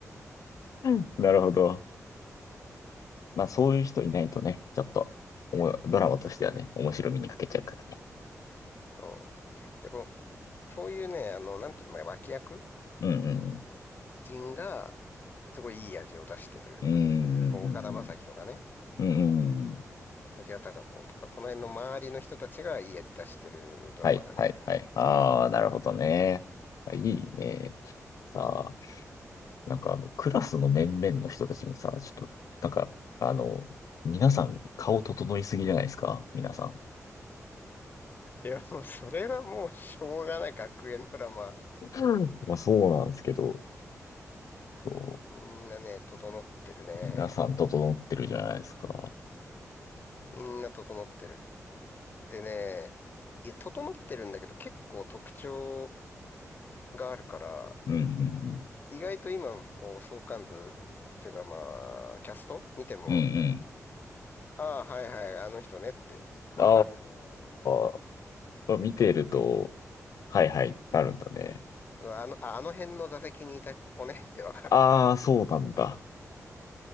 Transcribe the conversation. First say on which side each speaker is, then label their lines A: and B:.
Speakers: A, on the left; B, on the left.
A: <laughs> なるほど。まあ、そういう人いないとね、ちょっと、おもドラマとしてはね、面白みに欠けちゃうからね。
B: そう。で、こう、そういうね、あの、なんていうの、まあ脇役
A: うん、
B: 人が、すごいいい味を出してる。
A: うん、
B: 岡田将生とかね、
A: うーん、うん、うん。
B: 常盤貴子とか、この辺の周りの人たちがいい味出してるドラマだね。
A: はいはいはい。ああ、なるほどね。あいいね。さあ、なんかあの、クラスの面々の人たちもさ、ちょっと、なんか、あの、皆さん顔整いすぎじゃないですか、皆さん。
B: いや、もうそれはもうしょうがない学園ドラマ。
A: うんまあそうなんですけど、そ
B: みんなね、整ってるね。
A: う皆さん整ってるじゃないですか。
B: みんな整ってる。でね、いや、整ってるんだけど結構特徴があるから、
A: うんうん
B: 意外と今、こう、相関図っていうかまあ、キャスト見ても、
A: うん。うん
B: ああ、はいはい、あの人ねってわかる。
A: うん。ああ、見てると、はいはい、なるんだね。
B: うわあの、ああの辺の座席にいた子ねってわかる。
A: ああ、そうなんだ。